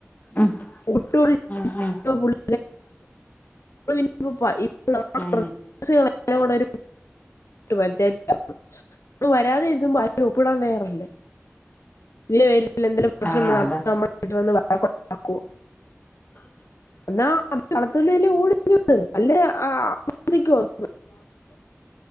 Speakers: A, on the left (about 35°); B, on the left (about 75°).
A: ഉം
B: <unintelligible>
A: ഉം ഉം
B: ഇപ്പൊ നമ്മ
A: ഉം
B: <unintelligible> കൂടെ ഒരു <unintelligible> വരാതെ എഴുതുമ്പോ അയിൽ ഒപ്പിടാൻ നേരല്ല ഇതി പേരി എന്തെങ്കിലും പ്രശ്നം
A: ആ
B: വന്നി
A: അതെ
B: നമ്മ വീട്ടിൽ വന്ന് വഴക്കുണ്ടാകുവാ
A: <inaudible>
B: ഇന്നാ വളത്തുന്നില്ലേ ഓടിച്ച വിട് അല്ലെ <unintelligible> <unintelligible>